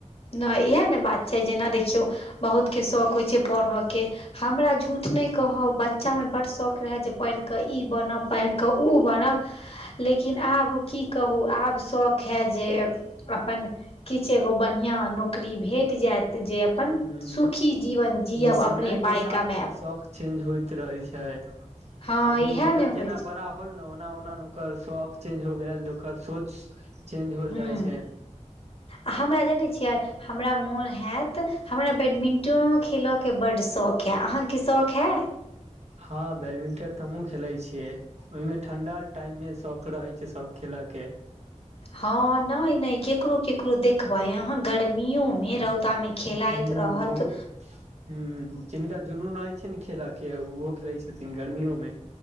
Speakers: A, on the left; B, on the right.
A: नहि इहा ने बात छै जेना देखियौ बहुत के शौक होइ छै पढ़य के हमरा झूठ नहि कहब बच्चामे बड्ड शौक रहाए जे पढ़ि कऽ ई बनब पढ़ि कऽ ओ बनब लेकिन आब की कहू आब शौक हा जे अपन किछु एगो बढ़ियाँ नौकरी भेट जाएत जे अपन
B: ह
A: सुखी जीवन जीअब
B: समय
A: अपने पाय
B: के साथ
A: कमाब
B: ने शौख चेंज होइत रहे छै
A: हँ
B: आदमी
A: इएह
B: जेना
A: ने होइ
B: जेना
A: छै
B: बड़ा होल ने ओना ओना ने ओकर शौक चेंज हो गेल तऽ ओकर सोच चेंज होल
A: हूँ
B: जाइ छै
A: आ हमरा जनै छियै हमरा मोन होैत हमरा बैडमिंटनो खेलय के बड्ड शौक हए अहाँके शौक हए
B: हँ बैडमिंटन तऽ हमहुँ खेलै छियै ओय में ठंडा टाइम मे शौक रहे छै सब खेलय के
A: हँ नय नय केकरो केकरो देखबै अहाँ गर्मियो मे रौदा मे खेलाइत
B: हूँ
A: रहत
B: बहुत हू जिनका जुनून रहय छै ने खेलऽ के ओहो खेलैत छथिन गर्मियो में